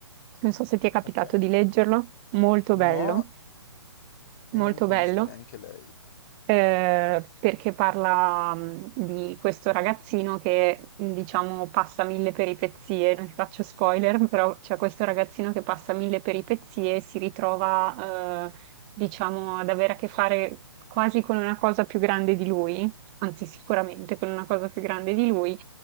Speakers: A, on the right (about 20°); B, on the left (about 40°).
A: Non so se ti è capitato
B: Ok,
A: di leggerlo, molto
B: no,
A: bello,
B: e
A: molto
B: non conosco
A: bello
B: neanche lei.
A: eh, perché parla mh, di questo ragazzino che, mh, diciamo, passa mille peripezie, non ti faccio spoiler, però c'è questo ragazzino che passa mille peripezie e si ritrova, eh, diciamo, ad avere a che fare quasi con una cosa più grande di lui, anzi sicuramente con una cosa più grande di lui,